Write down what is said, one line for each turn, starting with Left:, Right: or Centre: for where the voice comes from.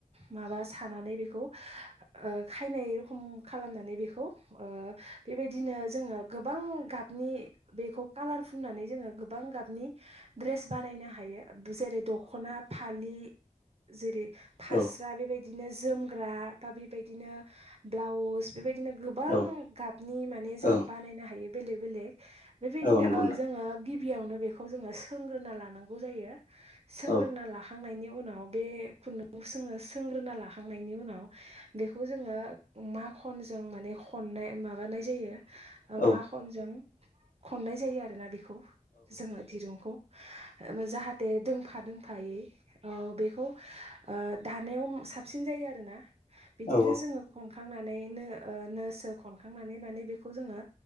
Right: माबा सानानै बेखौ ओ खायनाय खम खालामनानै बेखौ ओ- बेबायदिनो जोङो गोबां गाबनि बेखौ कालार फुुननानै जोङो गोबां गाब नि ड्रेस बानायनो हायो जेरै दख'ना फालि जेरै फास्रा
Left: औ
Right: बेबायदिनो जोमग्रा बा बेबायदिनो ब्लाउस बेबायदिनो गोबां
Left: औ
Right: गाबनि माने जोङो
Left: औ
Right: बानायनो हायो बेलेग बेलेक बेबायदिनो
Left: औ नंगौ
Right: ओ
Left: नोंथां
Right: जोङो गिबियावनो बेखौ जोङो सोंग्रोना लानांगौ जायो। सोंग्रोना
Left: औ
Right: लाखांनायनि उ उनाव बे खुन्दुं जोङो सोंग्रोना लाखांनायनि उनाव बेखौ जोङो मा खनजों माने खननाय माबानाय जायो
Left: औ
Right: मा खनजों खननाय जायो आरोना बेखौ जोङो दिरुंखौ जाहाथे दों फादों फायै ओ- बेखौ ओ- दानायाव साबसिन जायो आरोना बिदिनो
Left: औ
Right: जोङो खनखांनानैनो। ओ- नो सो खनखांनानै माने बेखौ जोङो